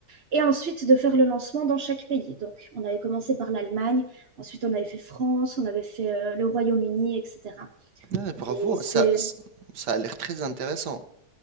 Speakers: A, on the right; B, on the right.
A: et ensuite de faire le lancement dans chaque pays. Donc, on avait commencé par l'Allemagne, ensuite on avait fait France, on avait fait euh, le Royaume-Uni, etc.
B: Ah, bravo,
A: Et c'était
B: ça, ça a l'air très intéressant.